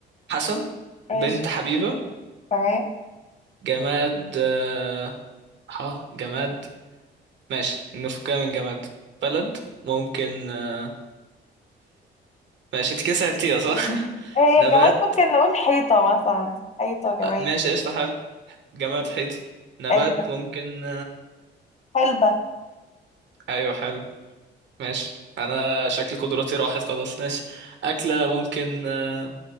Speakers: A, on the right; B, on the left.
A: حسن
B: ماشي
A: بنت حبيبة
B: تمام
A: جماد اه آه، جماد ماشي نفكها من جماد بلد ممكن آه، ماشي انت كده سألتيها صح <laughs>
B: هي
A: نبات
B: كمان ممكن نقول حيطة مثلا حيطة كمان
A: ماشي قشطة حلو جماد حيطة نبات
B: آه
A: ممكن
B: حلبة
A: ايوه حلو ماشي انا شكل قدراتي راحت خلاص ماشي اكلة ممكن آه،